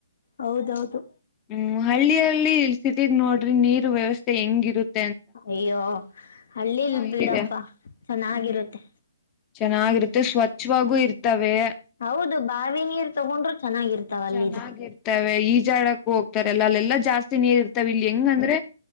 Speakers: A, on the left (about 65°); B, on the left (about 20°).
A: ಹೌದೌದು
B: ಹ್ಮ್ ಹಳ್ಳಿಯಲ್ಲಿ ಸಿದ್ ನೋಡ್ರಿ ನೀರ್ ವ್ಯವಸ್ಥೆ ಹೆಂಗಿರುತ್ತ
A: ಅಯ್ಯೋ ಹಳ್ಳಿಲ್ ಬಿಡಪ್ಪ
B: ಇದಿದೆ
A: ಚೆನ್ನಾಗಿರುತ್ತೆ
B: ಹ್ಮ್ ಚೆನ್ನಾಗಿರುತ್ತೆ ಸ್ವಚ್ಛವಾಗೂ ಇರ್ತವೆ
A: ಹೌದು ಬಾವಿ ನೀರ್ ತಗೊಂಡ್ರು ಚೆನ್ನಾಗಿರ್ತಾವ ಅಲ್ಲಿದು
B: ಚೆನ್ನಾಗಿರ್ತವೆ ಈಜಾಡಕ್ ತಾರೆ ಅಲ್ಲೆಲ್ಲ ಜಾಸ್ತಿ ನೀರ್ ಇರ್ತಾವ ಇಲ್ಲಿ ಹೆಂಗಂದ್ರೆ